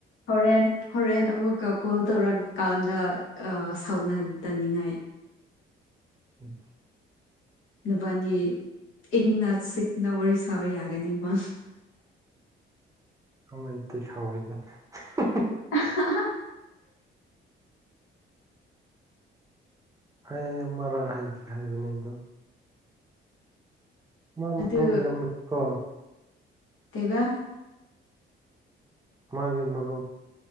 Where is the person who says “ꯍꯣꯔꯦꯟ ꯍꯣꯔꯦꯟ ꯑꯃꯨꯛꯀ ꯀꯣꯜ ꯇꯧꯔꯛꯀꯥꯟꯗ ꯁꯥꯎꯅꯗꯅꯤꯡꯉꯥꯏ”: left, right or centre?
Left